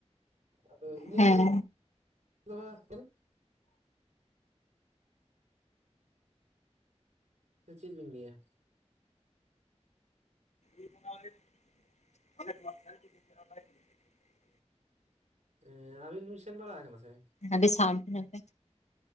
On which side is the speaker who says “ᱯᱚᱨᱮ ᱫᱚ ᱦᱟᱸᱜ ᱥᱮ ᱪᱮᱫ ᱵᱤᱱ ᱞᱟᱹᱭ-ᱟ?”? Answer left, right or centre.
Right